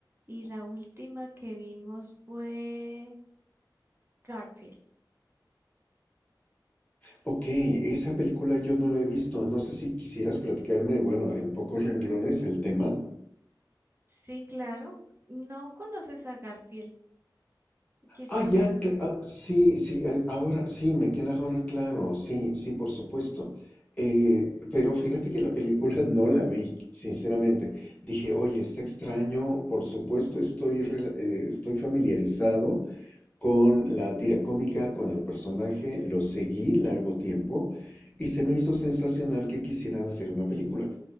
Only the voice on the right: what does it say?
y la última que vimos fue Garfield.
Sí, claro. No conoces a Garfield. Quizás
en